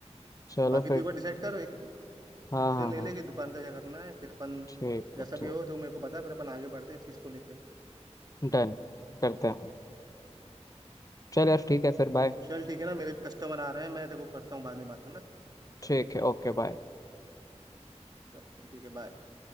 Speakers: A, on the left; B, on the right.
A: चलो
B: बाकी
A: फिर
B: तू एक बार डिसाइड कर एक डिसीजन
A: हाँ हाँ
B: ले
A: हाँ
B: ले कि दुकान का क्या करना है फिर अपन
A: ठीक है
B: जैसा
A: ठीक
B: भी हो तो मेरे को बता फिर अपन आगे बढ़ते हैं इस चीज़ को लेके
A: डन करते हैं चल यार ठीक है फिर बाय
B: चल ठीक है ना मेरे भी कस्टमर आ रहे हैं मैं देखो करता हूँ बाद में बात है ना
A: ठीक है ओके बाय
B: चल ठीक है बाय